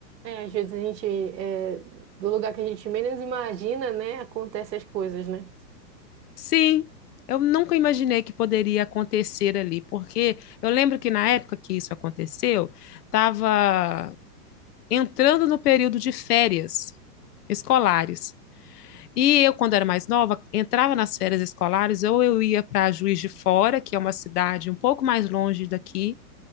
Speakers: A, on the right; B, on the left.
A: É, às vezes a gente, é, do lugar que a gente menos imagina, né, acontecem as coisas, né?
B: Sim, eu nunca imaginei que poderia acontecer ali, porque eu lembro que na época que isso aconteceu, estava entrando no período de férias escolares. E eu, quando era mais nova, entrava nas férias escolares, ou eu ia para Juiz de Fora, que é uma cidade um pouco mais longe daqui,